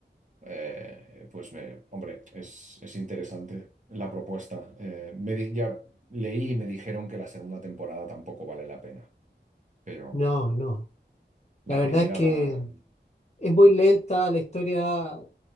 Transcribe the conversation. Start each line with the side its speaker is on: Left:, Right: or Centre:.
Right: Eh, pues, me, hombre, es, es interesante la propuesta. Eh, me di- ya leí y me dijeron que la segunda temporada tampoco vale la pena, pero
Left: No, no.
Right: la
Left: La verdad
Right: primera
Left: es que...
Right: la...
Left: Es muy lenta, la historia